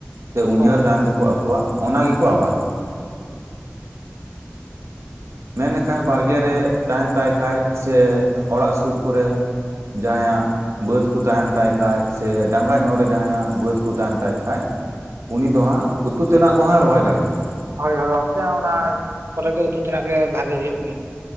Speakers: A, on the right; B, on the right.
A: ᱥᱮ ᱩᱭᱦᱟᱹᱨ
B: ᱦᱳᱭ
A: ᱛᱟᱦᱮᱱ ᱛᱟᱠᱚᱣᱟ ᱟᱠᱚᱣᱟᱜ ᱚᱱᱟ ᱜᱮᱠᱚ ᱟᱵᱟᱫᱚᱜ-ᱟ᱾ ᱢᱮᱱ ᱞᱮᱠᱷᱟᱡ ᱵᱟᱲᱜᱮ ᱨᱮ ᱛᱟᱦᱮᱱ ᱛᱟᱭ ᱠᱷᱟᱡ ᱥᱮ ᱚᱲᱟᱜ ᱥᱩᱨ ᱠᱚᱨᱮ ᱡᱟᱦᱟᱸᱭᱟᱜ ᱵᱟᱹᱫᱽ ᱠᱚ ᱛᱟᱦᱮᱱ ᱛᱟᱭ ᱠᱷᱟᱡ ᱥᱮ ᱰᱟᱸᱜᱟ ᱧᱚᱜ ᱨᱮ ᱡᱟᱦᱟᱸᱭᱟᱜ ᱵᱟᱹᱫ ᱠᱚ ᱛᱟᱦᱮᱱ ᱛᱟᱭ ᱠᱷᱟᱡ ᱩᱱᱤ ᱫᱚ ᱦᱟᱸᱜ ᱩᱛᱩ ᱛᱮᱱᱟᱜ ᱠᱚᱦᱟᱸ ᱨᱚᱦᱚᱭ ᱫᱟᱲᱮᱜ ᱜᱮᱭᱟ᱾
B: ᱦᱳᱭ ᱦᱳᱭ ᱚᱱᱛᱮ ᱚᱱᱟ ᱠᱚᱨᱮ ᱫᱚ ᱩᱛᱩ ᱛᱮᱱᱟᱜ ᱜᱮ ᱵᱷᱟᱜᱤ ᱦᱩᱭᱩᱜ ᱜᱮ,